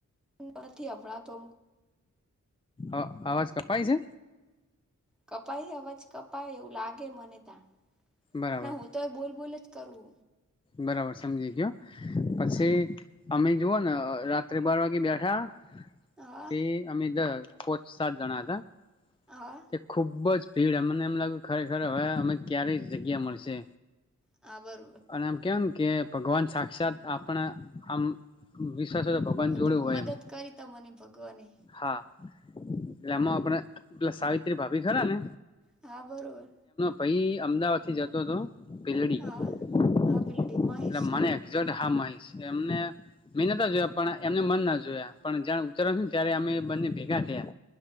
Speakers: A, in the centre; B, on the left (about 20°).
A: નથી, સંભાળતો
B: આ અવાજ, કપાય છે
A: કપાઈ અવાજ, કપાય એવું લાગે મને ત્યાં
B: બરાબર
A: ના હુ, તોય બોલ બોલ જ કરું
B: બરાબર સમજી ગયો. પછી
A: હા
B: અમે જોુઓ ને રાત્રે બાર વાગે બેઠા,
A: હા
B: તે અમે કોચ સાત જણા હતા
A: હા
B: તે ખુબજ ભીડ મને એમ લાગ્યુ, ખરેખર હવે અમે ક્યારે જગ્યા મળશે
A: હ, બર
B: અને આમ કેવાયમ, કે ભગવાન સાક્ષાત આપણે આમ વિશ્વાસ તો ભગવાન
A: મદ-
B: જોડું હોય
A: મદદ
B: એમ
A: કરી તા મને ભગવાને
B: હા એટલે એમાં આપણે પેલા સાવિત્રી ભાભી ખરા ને
A: હા બરોબર
B: પઈ અમદાવાદથી જતો હતો પેલડી
A: હા
B: એટલે
A: હા ભીલડી મહેશ
B: મને એક્જેક્ટ હા માં એમને મે નતા જોયા પણ એમને મન ના જોયા પણ જ્યા ઉતરવાનું હતું ને ત્યારે અમે બંને ભેગા થયા